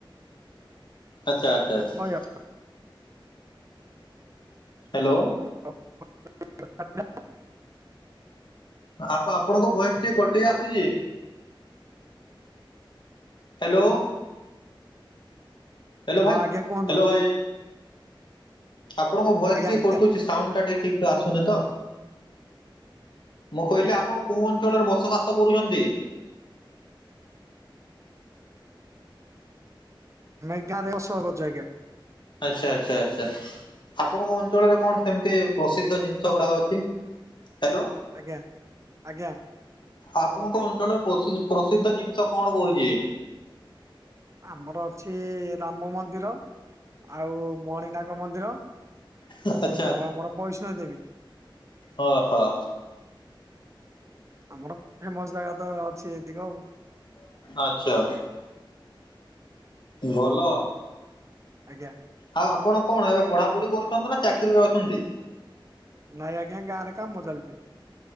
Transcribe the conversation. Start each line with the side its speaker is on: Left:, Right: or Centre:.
Left: ଆଚ୍ଛା ଆଚ୍ଛା।
Right: ହଁ
Left: ହାଲୋ।
Right: <unintelligible>
Left: ଆ ଆପଣଙ୍କ ବୟସ ଟିକେ କୋଟି ଆସୁଚି। ହାଲୋ। ହାଲୋ ଭାଇ
Right: ଆଜ୍ଞା କୁହନ୍ତୁ
Left: ହାଲୋ ଭାଇ। ଆପଣଙ୍କ ଭଏସ
Right: ଆଜ୍ଞା
Left: ଟିକେ
Right: ଆଜ୍ଞା
Left: କଟୁଚି ସାଉଣ୍ଡ ଟା ଟିକେ ଠିକ ସେ ଆସୁନି ତ। ମୁଁ କହିଲି ଆପଣ କୋଉ ଅଞ୍ଚଳରେ ବସବାସ କରୁଚନ୍ତି?
Right: ଏ <unintelligible> ଆଜ୍ଞା।
Left: ଆଚ୍ଛା ଆଚ୍ଛା ଆଚ୍ଛା ଆପଣଙ୍କ ଅଞ୍ଚଳରେ କଣ ସେମିତି ପ୍ରସିଦ୍ଧ ଜିନିଷ
Right: ହ୍ୟାଲୋ
Left: ଗୁଡାକ ଅଛି, ହ୍ୟାଲୋ
Right: ଆଜ୍ଞା ଆଜ୍ଞା।
Left: ଆପଣଙ୍କ ଅଞ୍ଚଳରେ ପ୍ରସି ପ୍ରସିଦ୍ଧ ଜିନିଷ କଣ କହୁଚି?
Right: ଆମର ଅଛି ରାମ ମନ୍ଦିର। ଆଉ ମଣିନାକ ମନ୍ଦିର
Left: ଆଚ୍ଛା
Right: ଆଉ ଆମର ବୈଷ୍ଣ ଦେବୀ।
Left: ହଁଓହୋ।
Right: ଆମର ଫେମସ ଜାଗା ତ ଅଛି ଏତିକ ଆଉ
Left: ଆଚ୍ଛା ଭଲ ଆଉ।
Right: ଆଜ୍ଞା।
Left: ଆଉ ଆପଣ କଣ ଏବେ ପଢାପଢି କରୁଚନ୍ତି ନା ଚାକିରିରେ ଅଛନ୍ତି?
Right: ନାଇଁ ଆଜ୍ଞା ଗାଁ ରେ କାମ ଚାଲିଚି।